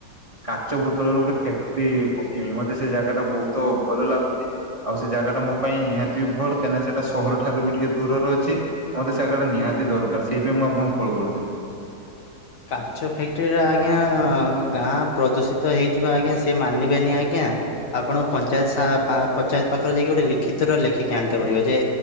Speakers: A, on the right; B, on the left.
A: କାଚ ବୁତଳର ଗୁଟେ ଫ୍ୟାକ୍ଟ୍ରି ପକେଇମି ମତେ ସେ ଜାଗା ଟା ବହୁତ ଭଲ ଲାଗୁଛି। ଆଉ ସେ ଜାଗା ଟା ମୋ ପାଇଁ ନିହାତି ବି ଭଲ୍ କାହିଁକି ସେଟା ସହର ଠାରୁ ବି ଟିକେ ଦୂରର ଅଛି। ମତେ ସେ ଜାଗାଟା ନିହାତି ଦରକାର ସେଇଥିପାଇଁ ମୁଁ ଆପଣଙ୍କୁ କଲ୍ କରୁଥିଲି।
B: କାଚ ଫ୍ୟାକ୍ଟ୍ରିରେ ଆଜ୍ଞା ଗାଁ ପ୍ରଦୂଷିତ ହେଇଯିବ ଆଜ୍ଞା ସେ ମାନିବେନି ଆଜ୍ଞା। ଆପଣଙ୍କ ପଞ୍ଚାୟତ ସା ପା ପଞ୍ଚାୟତ ପାଖରେ ଯାଇକି ଗୋଟେ ଲିଖିତର ଲେଖିକି ଆଣିିଥବେ ଟିକିଏ ଯେ